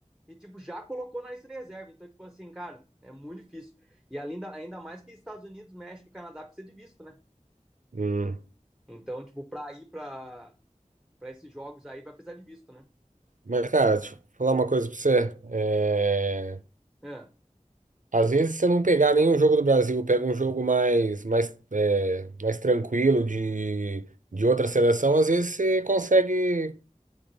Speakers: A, in the centre; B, on the right.
A: e, tipo, já colocou na lista de reserva. Então, tipo assim, cara, é muito difícil. E ainda, ainda mais que Estados Unidos, México e Canadá precisa de visto, né?
B: Hum.
A: Então, tipo, para ir para para esses jogos aí vai precisar de visto, né?
B: Mas, cara, deixa eu falar uma coisa pra você. É,
A: É,
B: Às vezes, se você não pegar nenhum jogo do Brasil, pega um jogo mais, mais, é, mais tranquilo de, de outra seleção, às vezes você consegue,